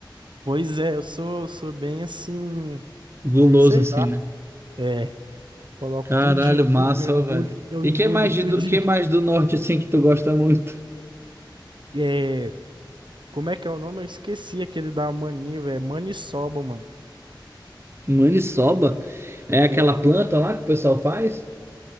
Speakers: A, on the right; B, on the right.
A: Pois é, eu sou, sou bem assim.
B: Guloso
A: Sei
B: assim,
A: lá.
B: né?
A: É, coloco
B: Caralho,
A: tudinho, tudinho,
B: massa,
A: eu engulho,
B: ó, velho.
A: eu
B: E
A: engulho
B: que mais
A: tudinho.
B: de do, que mais
A: <laughs>
B: do norte assim que tu gosta muito?
A: É, como é que é o nome? Eu esqueci aquele da maniva, é maniçoba, mano.
B: Maniçoba? É aquela
A: É,
B: planta lá que o pessoal faz?